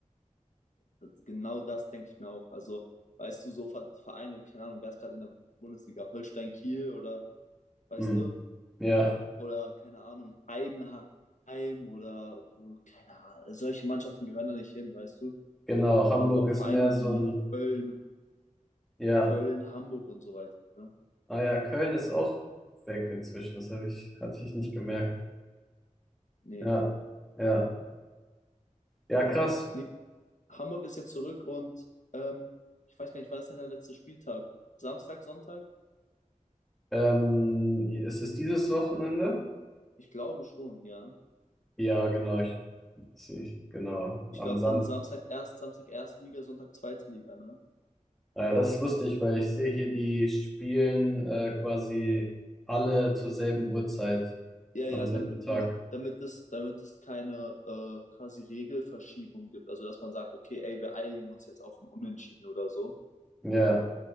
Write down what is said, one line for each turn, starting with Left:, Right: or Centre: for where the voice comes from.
Left: Das, genau das denke ich mir auch. Also, weißt du, so Ver- Vereine, keine Ahnung, wer ist gerade in der Bundesliga? Holstein Kiel oder, weißt
Centre: Hm.
Left: du?
Centre: Ja,
Left: Oder, keine Ahnung, Heidenheim oder, äh, keine Ahnung. Solche Mannschaften gehören da nicht hin, weißt du?
Centre: genau. Hamburg
Left: Man braucht
Centre: ist
Left: Vereine
Centre: mehr so
Left: wie
Centre: ein,
Left: Köln,
Centre: ja,
Left: Köln, Hamburg und so weiter. Ne?
Centre: ah ja, Köln ist auch weg inzwischen. Das hatte ich, hatte ich nicht gemerkt.
Left: Nee.
Centre: Ja, ja, ja,
Left: Ja,
Centre: krass.
Left: nee. Hamburg ist jetzt zurück und ähm, ich weiß gar nicht, war das denn der letzte Spieltag? Samstag, Sonntag?
Centre: Ähm, ist es dieses Wochenende?
Left: Ich glaube schon, ja.
Centre: Ja, genau. Ich, ich, genau.
Left: Ich
Centre: Am
Left: glaube
Centre: Sam
Left: dann Samstag erst, Samstag erste Liga, Sonntag zweite Liga, ne?
Centre: Naja, das ist lustig, weil ich sehe hier, die spielen äh, quasi alle zur selben Uhrzeit
Left: Ja,
Centre: am
Left: ja,
Centre: selben
Left: damit
Centre: Tag.
Left: man, damit es, damit es keine äh, quasi Regelverschiebung gibt. Also dass man sagt, okay, ey, wir einigen uns jetzt auf ein Unentschieden oder so.
Centre: Ja,